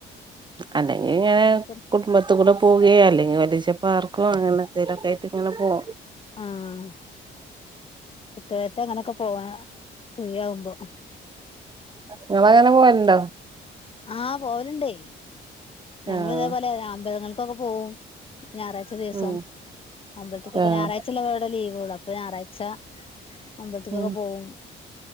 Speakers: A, on the right; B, on the left.
A: അല്ലെങ്കിൽ ഇങ്ങനെ
B: ഇന്നിപ്പം
A: കുടുംബത്തി കൂടെ പോവുകയോ അല്ലെങ്കിൽ വലി <unintelligible> ച്ചപ്പ ആർക്കും അങ്ങനെ- എന്തേലും ഒക്കെ ആയിട്ട് ഇങ്ങനെ പോകും
B: ആഹ്‌ കുട്ടി <unintelligible> കത്തെ അങ്ങനെൊക്കെ പോവാ ഫ്രീ ആകുമ്പോ
A: നിങ്ങള് അങ്ങനെ പോവലുണ്ടോ
B: ആഹ് പോലുണ്ടേ ഞങ്ങള്
A: ആഹ്
B: ഇതേപോലെ അമ്പലങ്ങൾക്കൊക്കെ പോവും ഞായറാഴ്ച കൊറച്ചു ദിവസം
A: ഉം
B: അമ്പൽത്തേക്
A: ആഹ്
B: ഞായറാഴ്ച അല്ലേ ഇവിടെ ലീവ് ഒള്ളെ അപ്പൊ ഞായറാഴ്ച അമ്പലത്തേക്കൊക്കെ
A: ഉം
B: പോവും